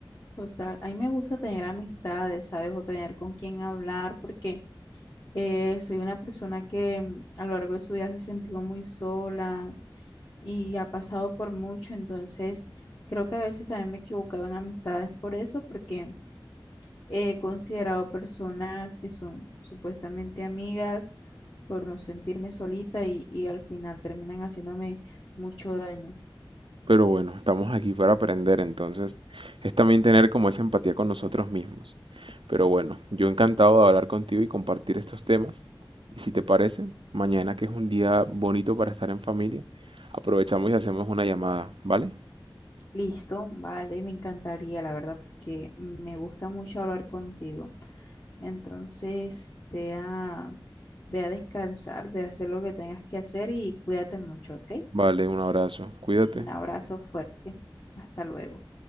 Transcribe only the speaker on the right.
Pero bueno, estamos aquí para aprender, entonces es también tener como esa empatía con nosotros mismos. Pero bueno, yo encantado de hablar contigo y compartir estos temas. Y si te parece, mañana que es un día bonito para estar en familia, aprovechamos y hacemos una llamada, ¿vale?
Vale, un abrazo, cuídate.